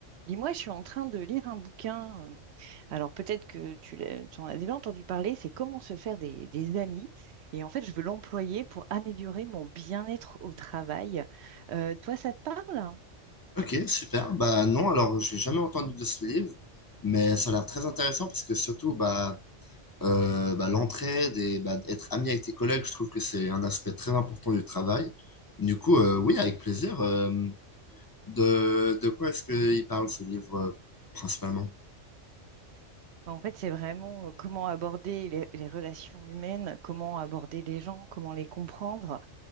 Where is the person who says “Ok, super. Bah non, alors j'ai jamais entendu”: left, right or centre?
Left